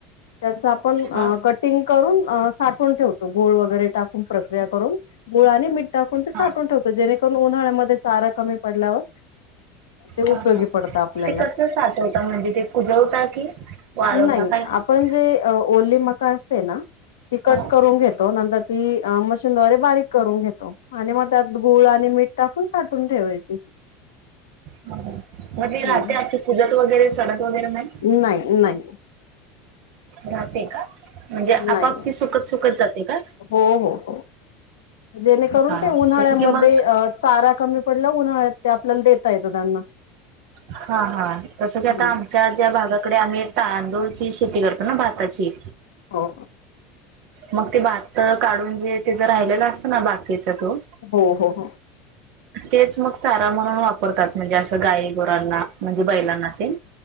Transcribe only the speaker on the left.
त्याच आपण
कटिंग करून साठवून ठेवतो गुळ वगैरे टाकुन प्रक्रिया करून गुळ आणि मीठ टाकून ते
साठवुन ठेवत जेणे पण उन्हांळ्यामध्ये चारा कमी पडल्यावर ते
उपयोगी
पडतं आपल्याला
नाही
आपण जे ओली मका असते ना ती कट
करून घेतो नंतर ती मशीनद्वारे बारीक करून घेतो. आणि मग त्यात गूळ आणि मीठ टाकून साठवून ठेवायची.
हम्म
नाही, नाही.
नाही
हो, हो, हो जेणेकरून
ते उन्हाळ्यामध्ये
चारा कमी पडला उन्हाळ्यात ते आपल्याला देता येतं त्यांना
हम्म
हो.
हो, हो, हो.